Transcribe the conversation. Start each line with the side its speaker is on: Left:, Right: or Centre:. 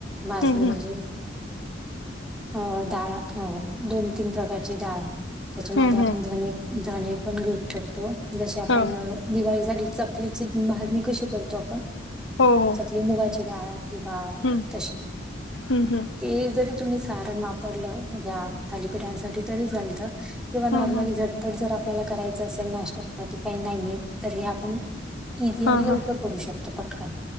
Centre: भाजणी
Left: हम्म
Centre: म्हणजे? अ डाळ अ दोन, तीन प्रकारचे डाळ त्याच्यामध्ये
Left: हम्म
Centre: आपण
Left: हम्म
Centre: धने धणे पण घेऊन ठेवतो जसे आपण
Left: हा
Centre: दिवाळीसाठी चकलीची भाजणी कशी करतो आपण?
Left: हो हो
Centre: चकली मुगाची डाळ किंवा
Left: हम्म
Centre: तशी
Left: हम्म
Centre: ते जरी तुम्ही सारण वापरलं त्या थालीपिठांसाठी तरी चालतं किंवा नॉर्मली
Left: हम्म हम्म हम्म
Centre: तिखट जर आपल्याला करायचं असेल नाष्टासाठी काही नाहीय तरी हे आपण इझी
Left: हा
Centre: आणि लवकर
Left: हा
Centre: करू शकतो पटकन